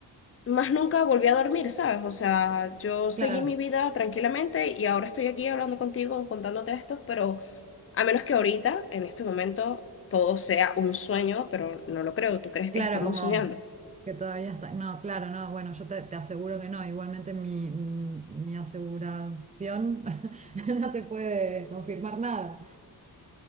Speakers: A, on the left; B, on the right.
A: más nunca volví a dormir, ¿sabes? O sea, yo seguí
B: Claro,
A: mi vida tranquilamente y ahora estoy aquí hablando contigo, contándote esto, pero a menos que ahorita, en este momento, todo sea un sueño, pero no lo creo, ¿tú crees
B: claro,
A: que estemos
B: como
A: soñando?
B: que todavía está. No, claro, no, bueno, yo te, te aseguro que no. Igualmente mi, mm, mi aseguración <laughs> no te puede confirmar nada.